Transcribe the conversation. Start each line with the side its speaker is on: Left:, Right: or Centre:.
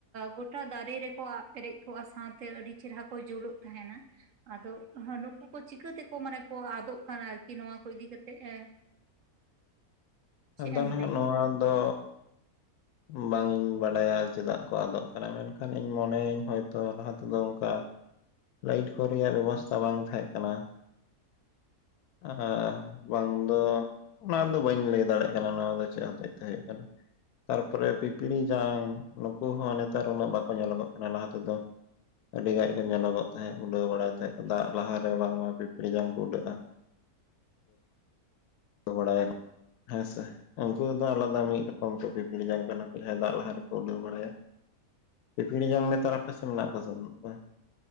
Right: ᱜᱚᱴᱟ ᱫᱟᱨᱮ ᱨᱮᱠᱚ ᱟᱵᱽ ᱯᱮᱨᱮᱡᱽ ᱠᱚᱜᱼᱟ, ᱥᱟᱶᱛᱮ ᱟᱹᱰᱤ ᱪᱮᱨᱦᱨᱟ ᱠᱚ, ᱡᱳᱞᱜ ᱛᱟᱦᱮᱱᱟ ᱾ ᱟᱫᱚ ᱱᱩᱠᱩ ᱠᱚ ᱪᱤᱠᱟᱹ ᱛᱮᱠᱚ, ᱢᱟᱱᱮ ᱠᱚ ᱟᱫᱚᱜ ᱠᱟᱱᱟ, ᱟᱨᱠᱤ ᱱᱚᱣᱟ ᱠᱚ ᱤᱫᱤ ᱠᱟᱛᱮᱜ ᱮᱸᱼᱼ <inaudible> <inaudible>
Left: ᱟᱫᱚ,
Right: ᱮᱢ
Left: ᱱᱟᱜ
Right: ᱞᱟᱹᱭᱟ
Left: ᱱᱚᱣᱟ ᱫᱚᱼᱼ ᱵᱟᱝ ᱤᱧ ᱵᱟᱰᱟᱭᱟ ᱪᱮᱫᱟᱜ ᱠᱚ ᱟᱫᱚᱜ ᱠᱟᱱᱟ, ᱢᱮᱱᱠᱷᱟᱱ ᱤᱧ ᱢᱚᱱᱮᱭᱟᱹᱧ ᱦᱚᱭᱛᱚ ᱞᱟᱦᱟ ᱛᱮᱫᱚ, ᱚᱱᱠᱟ ᱞᱟᱭᱤᱴ ᱠᱚ ᱨᱮᱭᱟᱜ, ᱵᱮᱵᱚᱥᱛᱷᱟ ᱵᱟᱝ ᱛᱟᱦᱮᱸᱜ ᱠᱟᱱᱟ ᱾ ᱮᱸᱻᱵᱟᱝ ᱫᱚ ᱚᱱᱟ ᱫᱚ, ᱵᱟᱹᱧ ᱞᱟᱹᱭ ᱫᱟᱲᱮᱜᱼᱟ ᱾ ᱠᱟᱱᱟ, ᱱᱚᱣᱟ ᱫᱚ ᱪᱮᱫ ᱦᱚᱛᱮ ᱛᱮ ᱦᱳᱭᱜ ᱠᱟᱱᱟ? ᱛᱟᱨᱯᱚᱨᱮ ᱯᱤᱯᱤᱲ ᱡᱟᱝ, ᱱᱩᱠᱩ ᱦᱚᱸ ᱱᱮᱛᱟᱨ ᱩᱱᱟᱹᱜ ᱵᱟᱠᱚ, ᱧᱮᱞᱚᱜᱚᱜ ᱠᱟᱱᱟ ᱞᱟᱦᱟ ᱛᱮᱫᱚ ᱟᱹᱰᱤ ᱜᱟᱱ ᱠᱚ ᱧᱮᱞᱚᱜᱚᱜ ᱛᱟᱦᱮᱸᱜ, ᱩᱰᱟᱹᱣ ᱵᱟᱲᱟᱭ ᱛᱟᱦᱮᱸ ᱠᱚ, ᱫᱟᱜ ᱞᱟᱦᱟᱨᱮ ᱵᱟᱝᱢᱟ ᱯᱤᱯᱤᱲ ᱡᱟᱝ ᱠᱚ ᱩᱰᱟᱹᱜᱼᱟ ᱾ ᱵᱟᱰᱟᱭᱟ ᱠᱚ ᱦᱮᱸᱥᱮ? ᱩᱱᱠᱩ ᱫᱚ ᱟᱞᱟᱫᱟ ᱢᱤᱫ ᱨᱚᱠᱚᱢ ᱠᱚ ᱯᱤᱯᱤᱲᱤ ᱡᱟᱝ ᱠᱟᱱᱟ ᱠᱚ ᱡᱟᱦᱟᱸᱭ ᱫᱟᱜ ᱞᱟᱦᱟ ᱨᱮᱠᱚ ᱩᱰᱟᱹᱣ ᱵᱟᱲᱟᱭᱟ ᱾ ᱯᱤᱯᱤᱲᱤ ᱡᱚᱝ ᱱᱮᱛᱟᱨ ᱟᱯᱮᱥᱮᱫ ᱢᱮᱱᱟᱜ ᱠᱚᱣᱟ ᱥᱮ ᱵᱟᱹᱱᱩᱜ ᱠᱚᱣᱟ?